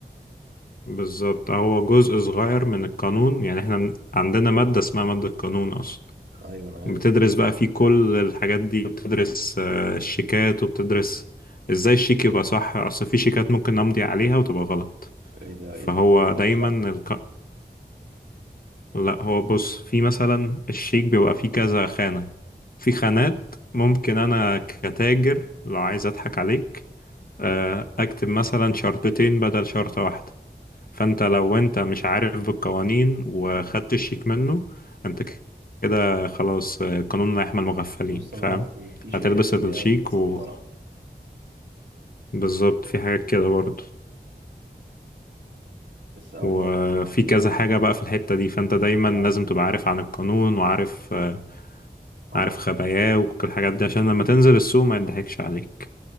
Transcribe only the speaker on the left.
بالظبط هو جزء صغير من القانون يعني احنا من- عندنا مادة اسمها مادة القانون اصلا
بتدرس بقى فيه كل الحاجات دي بتدرس آه، الشيكات وبتدرس ازاي الشيك يبقى صح اصل في شيكات ممكن امضي عليها وتبقى غلط
فهو
دايما
لا هو بص في مثلا الشيك بيبقى فيه كذا خانة في خانات ممكن أنا كتاجر لو عايز أضحك عليك آه،
أكتب مثلا شرطتين بدل شرطة واحدة فأنت لو أنت مش عارف بالقوانين وخدت الشيك منه أنت ك- كده خلاص آه، قانون لا يحمي المغفلين
فاهم
هتلبس
الشيك
و بالظبط في حاجات كده برضه
وفي
كذا
حاجة بقى في الحتة دي فأنت دايما
لازم
تبقى عارف عن القانون وعارف آه،
عارف خباياه وكل الحاجات دي عشان لما تنزل السوق ما يضحكش عليك